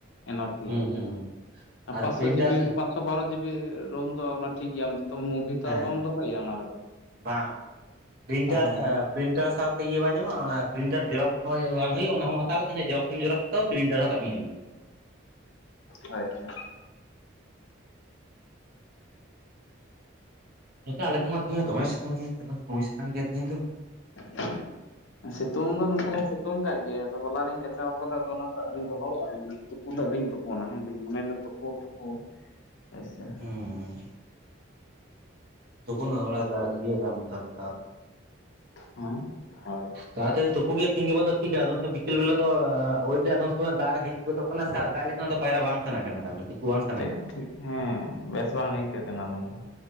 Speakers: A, on the left; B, on the right.
A: ᱮᱱᱟᱯᱷ ᱜᱮᱭᱟ
B: ᱦᱩᱸ
A: ᱵᱩᱡᱷᱟᱹᱣ
B: ᱦᱩᱸ
A: ᱟᱨ ᱯᱟᱸᱥᱥᱚ
B: ᱯᱨᱤᱱᱴᱟᱨ
A: ᱡᱤᱵᱤ
B: ᱥᱮ
A: ᱯᱟᱸᱥ ᱥᱚ ᱵᱟᱨᱚ ᱡᱤᱵᱤ ᱨᱳᱢ ᱫᱚ ᱚᱱᱟ ᱴᱷᱤᱠ ᱜᱮᱭᱟ, ᱟᱢ ᱛᱚ ᱢᱩᱵᱷᱤ ᱛᱚ
B: ᱦᱮᱸ
A: ᱟᱨ ᱵᱟᱢ ᱫᱚᱦᱚᱭᱟ ᱚᱱᱟ ᱨᱮᱫᱚ᱾
B: ᱵᱟᱝ, ᱯᱨᱤᱱᱴᱟᱨ
A: ᱛᱟᱦᱚᱞᱮ
B: ᱮ ᱯᱨᱤᱱᱴᱟᱨ ᱥᱟᱶ ᱤᱭᱟᱹ ᱵᱟᱝ ᱧᱟᱢᱚᱜᱼᱟ? ᱚᱱᱟ ᱯᱨᱤᱱᱴᱟᱨ ᱡᱮᱨᱚᱠᱥ ᱦᱚᱸ ᱵᱟᱝ ᱦᱩᱭᱩᱜᱼᱟ, ᱚᱱᱟ ᱦᱚᱸᱢ ᱦᱟᱛᱟᱣ ᱠᱟᱛᱮ ᱦᱮᱸ ᱡᱮᱨᱚᱠᱥ ᱦᱚᱢ ᱡᱮᱨᱚᱠᱥ ᱛᱟᱣ, ᱯᱨᱤᱱᱴᱟᱨ ᱦᱚᱸ ᱠᱟᱹᱢᱤ ᱮᱢᱟᱭ᱾
A: ᱦᱳᱭ ᱦᱳᱭ᱾
B: ᱱᱚᱛᱮ ᱟᱞᱮ ᱥᱮᱱ ᱢᱟ ᱛᱮᱦᱮᱧ ᱫᱚᱢᱮ ᱥᱤᱛᱩᱝᱭᱟ <inaudible> ᱥᱚᱢᱚᱥᱥᱟ ᱠᱟᱱ ᱜᱮᱭᱟ ᱛᱤᱦᱤᱧ ᱫᱚ᱾
A: <inaudible> ᱥᱤᱛᱩᱝ ᱫᱚ ᱱᱚᱱᱛᱮ ᱦᱚᱸᱭ ᱥᱤᱛᱩᱝ ᱠᱟᱜ ᱜᱮᱭᱟ, ᱟᱫᱚ ᱦᱚᱞᱟ ᱨᱤᱧ ᱠᱟᱪᱟᱣ ᱠᱟᱫᱟ ᱟᱫᱚ ᱚᱱᱟ ᱛᱚ ᱟᱹᱣᱨᱤ ᱨᱚᱦᱚᱲᱚᱜᱼᱟ᱾ ᱛᱩᱯᱩ ᱫᱚ ᱟᱹᱣᱨᱤᱧ ᱛᱩᱯᱩᱱᱟ ᱦᱮᱸ ᱫᱩᱧ ᱢᱚᱱᱮᱭ ᱫᱟ ᱛᱩᱯ ᱯᱳ ᱛᱳᱯᱳ ᱦᱳᱭ ᱥᱮ᱾
B: ᱦᱩᱸ <unintelligible>
A: ᱦᱮᱸ? ᱦᱳᱭ᱾
B: ᱛᱟᱲᱟᱛᱟᱲᱤ ᱛᱩᱯᱩ ᱜᱮ ᱛᱤᱦᱤᱧ ᱜᱟᱯᱟ ᱫᱚ ᱴᱷᱤᱠᱟ ᱟᱫᱚᱢ ᱥᱚᱢᱚᱭ ᱵᱤᱠᱮᱞ ᱵᱮᱞᱟ ᱫᱚ <unintelligible> ᱟᱫᱚᱢ ᱥᱚᱢᱚᱭ ᱫᱟᱜ ᱦᱮᱡ ᱜᱚᱫᱚᱜ ᱚᱱᱟ ᱥᱮ ᱟᱨ ᱫᱟᱜ ᱞᱮᱠᱷᱟᱱ ᱫᱚ ᱯᱟᱭᱨᱟ ᱵᱟᱝ ᱥᱟᱱᱟ ᱠᱟᱱᱟ <unintelligible>
A: ᱴᱷᱤᱠ
B: ᱠᱟᱱᱟ
A: ᱴᱷᱤᱠ ᱦᱮᱸ ᱵᱮᱥ ᱵᱟᱝ ᱟᱹᱭᱠᱟᱹᱜ ᱠᱟᱱᱟ ᱟᱫᱚ ᱩᱱᱫᱚ᱾